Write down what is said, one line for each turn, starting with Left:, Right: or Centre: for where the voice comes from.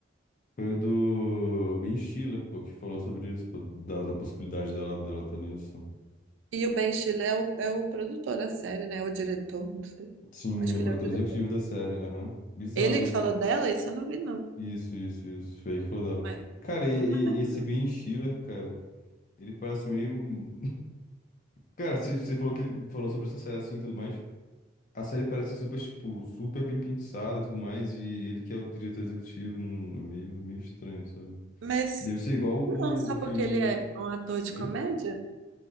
Left: foi do Ben Stiller, pô, que falou sobre isso, pô, da, da possibilidade dela, dela tá nisso.
Right: E o Ben Stiller é o, é o produtor da série, né? O diretor, não sei.
Left: Sim,
Right: Acho
Left: é
Right: que
Left: o produtor
Right: ele é o diretor.
Left: executivo da série, aham. Bizarro
Right: Ele
Left: isso,
Right: que falou
Left: né?
Right: dela, isso eu não vi, não.
Left: Isso, isso, isso. Foi aí que falou dela.
Right: Mas,
Left: Cara, e, e-
Right: tomara.
Left: e esse Ben Stiller, cara, ele parece meio. Cara, se você falou que falou sobre essa série assim e tudo mais. A série parece super, tipo, super bem pensada e tudo mais. E ele que é o diretor executivo, hum, é meio, meio estranho, sabe?
Right: Mas,
Left: Deve ser igual o,
Right: não, só
Left: o filme.
Right: porque ele é um ator de
Left: Oi?
Right: comédia,